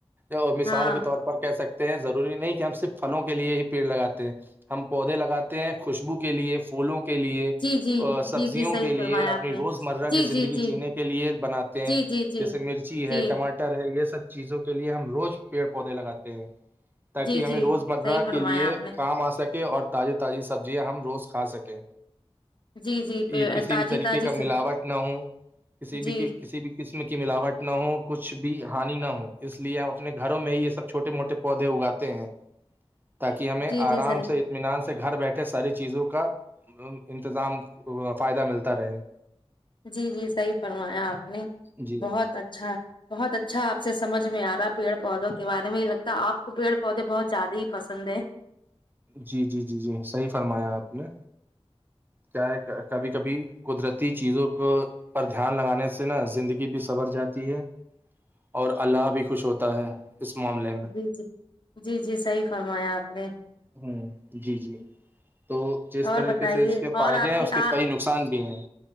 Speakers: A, on the right (about 20°); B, on the left (about 45°).
A: اور مثال
B: ہاں
A: کے طور پر کہہ سکتے ہیں ضروری نہیں کہ ہم صرف پھلوں کے لیے ہی پیڑ لگاتے ہیں ہم پودے لگاتے ہیں خوشبو کے لیے پھولوں کے کے لیے
B: جی جی
A: سبزیوں
B: جی جی صحیح
A: کے لیے
B: فرمایا
A: اپنی
B: آپ
A: روز
B: نے
A: مرہ
B: جی
A: کی زندگی
B: جی جی
A: جینے کے لیے بناتے
B: جی
A: ہیں
B: جی جی
A: جیسے مرچی
B: جی
A: ہے ٹماٹر ہے یہ سب چیزوں کے لیے ہم روز پیڑ پودے لگاتے ہیں تاکہ
B: جی
A: ہمیں
B: جی
A: روز مرہ
B: صحیح فرمایا
A: کے لیے
B: آپ نے
A: کام آ سکے اور تازی تازی سبزیاں ہم روز کھا سکیں
B: جی جی پے
A: یہ کسی
B: تازی
A: بھی طریقے
B: تازی
A: کا ملاوٹ نہ ہو کسی
B: جی
A: بھی کسی بھی قسم کی ملاوٹ نہ ہو کچھ بھی ہانی نہ ہو اس لیے ہم اپنے گھروں میں ہی یہ سب چھوٹے موٹے پودے اگاتے ہیں تاکہ ہمیں
B: جی جی
A: آرام
B: صحیح
A: سے انے اطمینان سے گھر بیٹھے ساری چیزوں کا انتظام فائدہ ملتا رہے
B: جی جی صحیح فرمایا آپ نے
A: جی
B: بہت اچھا بہت اچھا آپ سے سمجھ میں آ رہا ہے پیڑ پودوں کے بارے میں یہ لگتا ہے آپ کو پڑ پودے بہت زیادہ ہی پسند ہے
A: جی جی جی جی صحیح فرمایا آپ نے چاہے کبھی کبھی قدرتی چیزوں کو پر دھیان لگانے سے نا زندگی بھی سنر جاتی ہے اور اللہ بھی خوش ہوتا ہے اس معاملے میں
B: جی جی جی جی صحیح فرمایا آپ نے
A: ہ جی جی تو جس
B: اور
A: طریقے
B: بتائیے
A: سے اس کے فائدے
B: اور آپ
A: ہیں اس کے
B: آ
A: کئی نقصان بھی ہیں